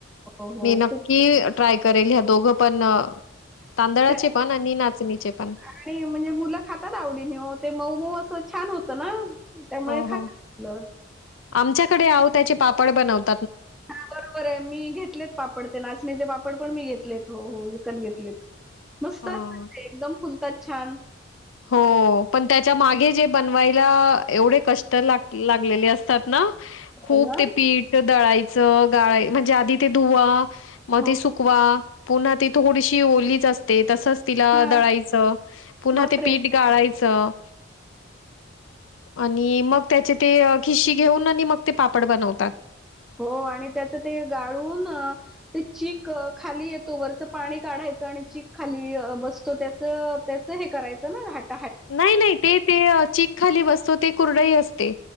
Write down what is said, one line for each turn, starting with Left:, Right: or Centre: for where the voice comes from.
Centre: हो, हो.
Left: मी नक्की
Centre: खूप छान.
Left: ट्राय करेन, ह्या दोघं पण तांदळाचे
Centre: तर
Left: पन आणि नाचणीचे पण
Centre: आणि म्हणजे मुलं खातात, आवडीने ओ, ते मऊ-मऊ अस छान होत ना त्यामुळे
Left: हो
Centre: खातात
Left: हो
Centre: मुलं.
Left: आमच्याकडे आवो त्याचे पापड बनवत
Centre: हा बरोबर आहे, मी घेतलेत पापड ते नाचणीचे पापड पण मी घेतलेत. हो हो विकत घेतलेत. मस्त!
Left: हां.
Centre: एकदम फुलतात. छान
Left: हो पण, त्याच्या मागे जे बनवायला एवढे कष्ट लाग लागलेले अस तातना. खूप
Centre: हो ना?
Left: ते पीठ दळाय च, गाळाय म्हणजे आधी ते धुवा म
Centre: हो.
Left: ते सुकवा पुन्हा ती थोडीशी ओलीच असते. तसच तिला
Centre: हां.
Left: दळायचं. पुन्हा
Centre: बापरे!
Left: ते पीठ गाळायचं. आणि मग त्याचे ते खिशी घेऊन आणि मग ते पापड बनवतात.
Centre: हो आणि त्याच ते गाळून ते चिक खाली येतो वरचं पाणी काढायचं आणि चिक खाली बसतो त्याच त्याच हे करायचं ना घाट
Left: नाही नाही ते ते चीक खाली बसतो ते कुरडही असते